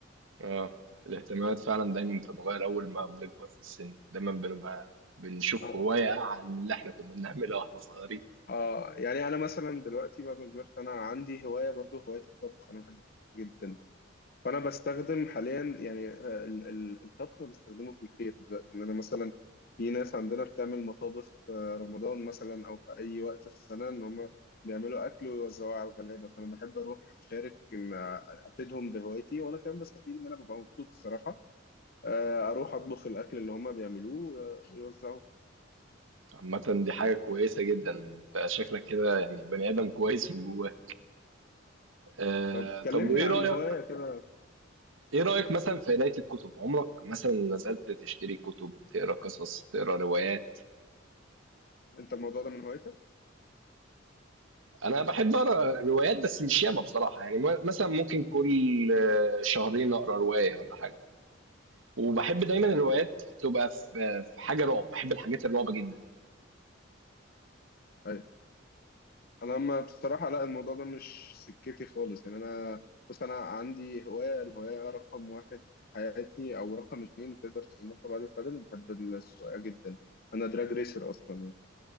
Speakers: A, on the right; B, on the left.
A: اه الاهتمامات فعلا دايما بتتغير اول ما بنكبر في السن دايما بنبقى بنشوف
B: اه
A: هوايه اعلى من اللي احنا كنا بنعملها واحنا صغيرين
B: آه، يعني انا مثلا دلوقتي بعد ما كبرت انا عندي هواية برضو هواية الطبخ انا بحب جدا فانا بستخدم حاليا يعني آه، ال- ال- الطبخ أنا بستخدمه في الخير دلوقتي ان انا مثلا في ناس عندنا بتعمل مطابخ في رمضان مثلا او في اي وقت في السنه ان هم بيعملوا اكل ويوزعوه على الغلابه فانا بحب اروح اشارك ان افيدهم بهوايتي وانا كمان بستفيد ان انا ببقى مبسوط الصراحه آه، اروح اطبخ الاكل اللي هم بيعملوه آه، يوزعوه
A: عامة دي حاجة كويسة جدا انت شكلك كده يعني بني آدم كويس من جواه آه
B: طب كلمني
A: طب وإيه
B: عن
A: رأيك
B: هوايه كده
A: إيه رأيك مثلا في قراية الكتب عمرك مثلا نزلت تشتري كتب تقرا قصص تقرا روايات
B: انت الموضوع ده من هوايتك؟
A: أنا بحب أقرا روايات بس مش ياما بصراحة يعني م- مثلا ممكن كل آه، شهرين أقرا رواية ولا حاجة وبحب دايما
B: اه
A: الروايات تبقى في في حاجة رعب بحب الحاجات الرعب جدا
B: امم انا ما بصراحه لا الموضوع ده مش سكتي خالص يعني انا بص انا عندي هوايه الهوايه رقم واحد في حياتي او رقم اتنين تقدر تصنفها بعد البادل بحب السواقه جدا انا دراج ريسر اصلا يعني